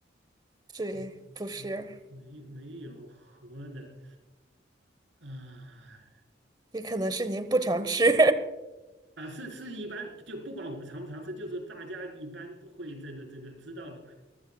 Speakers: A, on the right (about 20°); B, on the right (about 85°).
A: 对，
B: 嗯，
A: 不是，
B: 没没没有核的啊。
A: 也可能是您不常吃，
B: 啊，是是一般就不管我尝不尝试，就是大家一般都会这个这个知道的吧？